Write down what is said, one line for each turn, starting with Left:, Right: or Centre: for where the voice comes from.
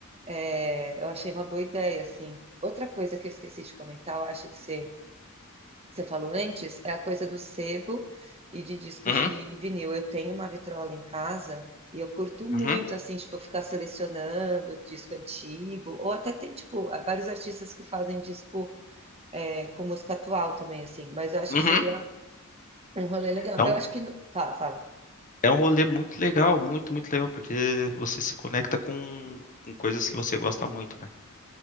Right: é, eu achei uma boa ideia, assim. Outra coisa que eu esqueci de comentar, eu acho que você, que você falou antes, é a coisa do sebo e de disco
Left: Uhum,
Right: de vinil. Eu tenho uma vitrola em casa e eu curto muito,
Left: uhum,
Right: assim, tipo, ficar selecionando disco antigo. Ou até tem, tipo, vários artistas que fazem disco, é, com música atual também, assim. Mas eu acho
Left: uhum.
Right: que seria um rolê legal.
Left: É um,
Right: Eu acho que... no- Fala, fala.
Left: é um rolê muito legal, muito, muito legal, porque você se conecta com, com coisas que você gosta muito, né?